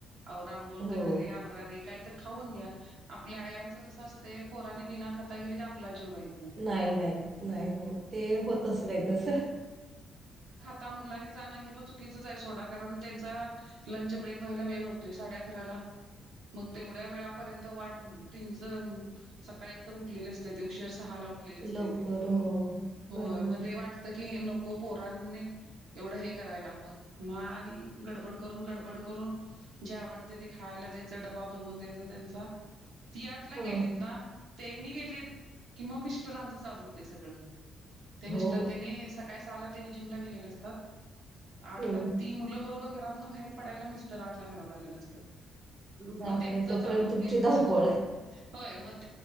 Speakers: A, on the right; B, on the right.
A: औरांग गळ
B: हो
A: करा रे आवरा रे काही तर खाऊन घ्या, आपल्या आयांचं कस असतय पोराने बिना खाता गेली की आपला जीव राहि
B: नाही नाही नाही नाही ते होतच नाही तस,
A: आता मुलांनी जाणं हे पण चुकीचच आहे सोडा कारण त्यांचा लंच ब्रेक व्हायला वेळ होतोय साडे अकराला मग तेवढ्या वेळ पर्यंत वाट तीनच सकाळी एक तर उठलेली असते त उशेर सहा ला उठलेलं असतय
B: लवकर
A: ते
B: हो
A: होय
B: बरोबर
A: मग
B: आहे
A: ते वाटत की नको पोरांनी एवढं हे करायला मग म आणि गडबड करून गडबड करून जे आवडते ते खायला द्यायचं डबा बनवून द्यायचा त्यांचा ती आटला
B: हो
A: गेलीत ना त्यांनी गेलीत की मग मिस्टरांच चालू होतय सगळं ते मिस्टर
B: हो
A: त्यानी का सालाने जिमला गेले असतात आठ
B: हम्म
A: ती मुलं बरोबर घरात बाहेर पडाला मिस्टर आठला घरात आले असतात.
B: बापर
A: मग त्यांच
B: आहे तोपर्यंत
A: चालू
B: तुमची
A: हेच
B: धावपळ आहे.
A: होय मग